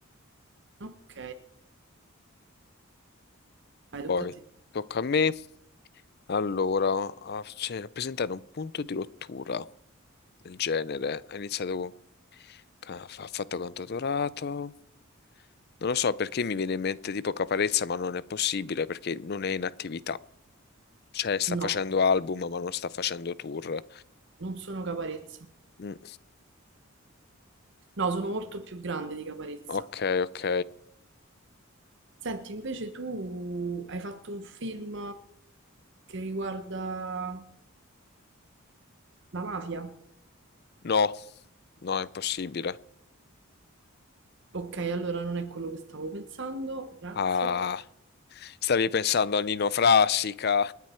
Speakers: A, on the right; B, on the left.
A: Ok, vai, tocca
B: Poi
A: a te.
B: tocca a me. Allora, a, cioè, a presentare un punto di rottura del genere. Ha iniziato con... ca- Ha fatto cantautorato. Non lo so perché mi viene in mente tipo Caparezza, ma non è possibile perché non è in attività. Cioè, sta
A: No,
B: facendo album, ma non sta facendo tour.
A: non sono caparezza.
B: Mm,
A: No, sono molto più grande di Caparezza.
B: Ok, ok.
A: Senti, invece tu hai fatto un film che riguarda la mafia?
B: No, no, è impossibile.
A: Ok, allora non è quello che stavo pensando, grazie.
B: Ah, stavi pensando a Nino Frassica?